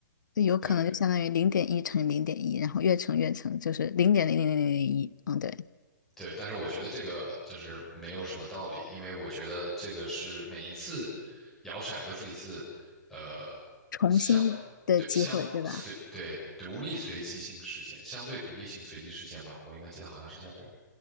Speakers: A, on the left (about 75°); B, in the centre.
A: 就有可能就相当于零点一乘零点一，
B: 对，
A: 然后越乘越乘，就是零点零零零零零一。嗯，对，
B: 对，但是我觉得这个就是没有什么道理，因为我觉得这个是每一次摇骰都是一次，呃，
A: 重新的机会，
B: 相对相随对独立随机性事件，
A: 对吧？
B: 相对独立性随机事件吧，我应该记得好像是叫这个。